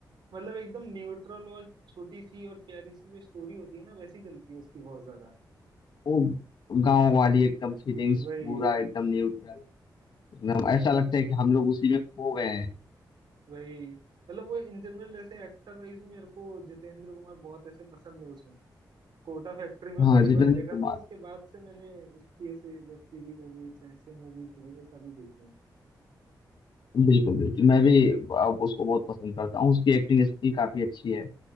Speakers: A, on the right; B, on the left.
A: मतलब एकदम न्यूट्रल और छोटी सी और प्यारी सी जो स्टोरी होती है ना वैसी चलती है उसकी बहुत ज्यादा
B: वो गांव वाली एकदम फीलिंग्स
A: वही
B: पूरा एकदम न्यूट्रल एकदम ऐसा
A: वही
B: लगता है कि हम लोग उसी में खो गए हैं
A: वही मतलब वो इन जनरल ऐसे एक्टर वाइज भी मेरे को जितेंद्र कुमार बहुत ऐसे पसंद है उसमें कोटा फैक्ट्री में
B: हाँ
A: पहली
B: जितेंद्र
A: बार देखा
B: कुमार
A: था उसके बाद से मैंने उसकी ऐसे वेब सीरीज हो गई चाहे ऐसे मूवीज हो गई वो सारी देखी है
B: बिल्कुल बिल्कुल मैं भी अब उसको बहुत पसंद करता हूँ उसकी एक्टिंग स्किल काफी अच्छी है